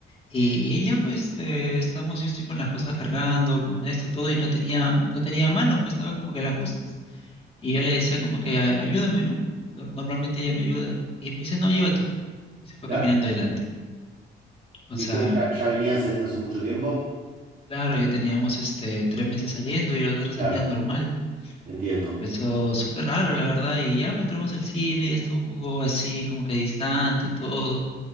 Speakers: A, on the left (about 30°); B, on the right (about 45°).
A: Y, y ya pues este, estamos, yo estoy con las cosas cargando, con esto, todo, y no tenía, no tenía manos, pues estaba como que a las justas. Y yo le decía como que "Ay- ayúdame, ¿no? Normalmente ella me ayuda. Y me dice, no, lleva tú. Y se fue
B: Claro.
A: caminando adelante. O
B: ¿Y
A: sea,
B: ustedes ya, ya venían saliendo hace mucho tiempo?
A: Claro, ya teníamos este tres meses saliendo y los otros
B: Claro,
A: salían normal.
B: entiendo.
A: Eso súper raro, la verdad. Y ya pues, entramos al cine, ya estuvo un poco así, como que distante, todo.